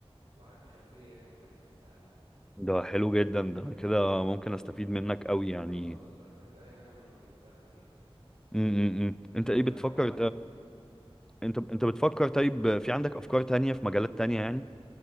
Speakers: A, on the right (about 90°); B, in the centre.
A: وعندي خلفية يعني كويسة في الدعاية
B: ده حلو جدا ده أنا كده ممكن استفيد منك قوي يعني
A: اه بالظبط لو احتجت اي حاجة ممكن سهلة يعني
B: امم امم، امم. انت
A: طب
B: ايه
A: هو عبارة
B: بتفكر
A: عن ايه انت قلت
B: انت انت بتفكر طيب في عندك افكار تانية في مجالات تانية يعني